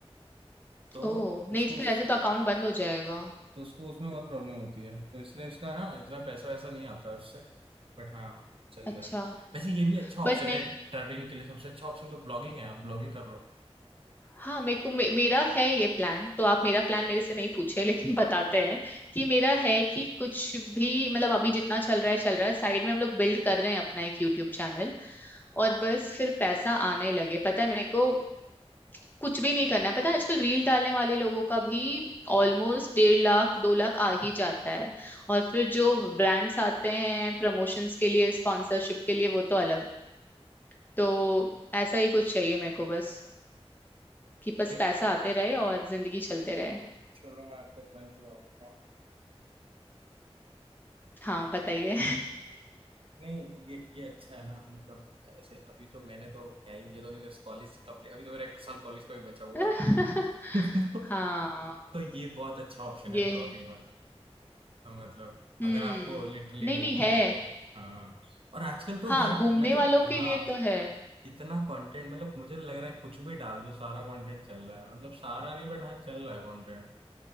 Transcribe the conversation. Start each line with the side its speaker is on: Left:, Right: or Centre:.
Right: तो
Left: ओह नहीं
Right: उसको
Left: तो फिर ऐसे तो अकाउंट बंद हो जाएगा
Right: तो उसको उसमें बहुत प्रॉब्लम होती है तो इसलिए उसका ना इतना पैसा वैसा नहीं आता है उससे बट हाँ चल
Left: अच्छा
Right: रहा है वैसे ये भी अच्छा ऑप्शन
Left: बट नहीं
Right: है ट्रैवलिंग के लिए सबसे अच्छा ऑप्शन तो ब्लॉगिंग है आप ब्लॉगिंग कर लो
Left: हाँ मेरे को मे, मेरा है ये प्लान तो आप मेरा प्लान मेरे से नहीं पूछे लेकिन <laughs> बताते हैं कि मेरा है कि कुछ भी मतलब अभी जितना चल रहा है चल रहा है साइड में हम लोग बिल्ड कर रहे हैं अपना एक यूट्यूब चैनल और बस फिर पैसा आने लगे पता है मेरे को कुछ भी नहीं करना है पता है आजकल रील डालने वाले लोगों का भी ऑलमोस्ट डेढ़ लाख दो लाख आ ही जाता है और फिर जो ब्रांड्स आते हैं प्रमोशंस के लिए स्पॉन्सरशिप के लिए वो तो अलग तो ऐसा ही कुछ चाहिए मेरे को बस कि बस
Right: ये
Left: पैसा आते रहे और जिंदगी चलते रहे
Right: चलो मैं आपको प्लान चुरा लेता हूँ
Left: हाँ बताइए
Right: नहीं ये ये अच्छा है ना मतलब ऐसे अभी तो मैंने तो क्या ही मुझे तो अभी कॉलेज से कम्प्लीट अभी तो मेरा एक साल कॉलेज का भी बचा हुआ
Left: <laughs>
Right: है
Left: हाँ
Right: <laughs> तो ये बहुत अच्छा ऑप्शन
Left: ये
Right: है ब्लॉगिंग
Left: है
Right: वाला हाँ, मतलब
Left: हम्म
Right: अगर आपको लिटरली
Left: नहीं
Right: घूमना
Left: नहीं है
Right: है तो हाँ और आजकल तो
Left: हाँ
Right: हर
Left: घूमने
Right: मैं तो
Left: वालों
Right: हाँ
Left: के लिए तो है
Right: इतना कंटेंट मतलब मुझे लग रहा है कुछ भी डाल दो सारा कंटेंट चल रहा है मतलब सारा नहीं बट हाँ चल रहा है कंटेंट